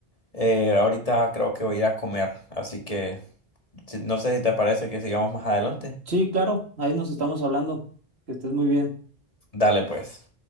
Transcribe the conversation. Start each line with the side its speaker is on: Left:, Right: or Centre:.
Left: eh, ahorita creo que voy a ir a comer. Así que si- no sé si te parece que sigamos más adelante.
Right: Sí, claro, ahí nos estamos hablando. Que estés muy bien.
Left: Dale pues.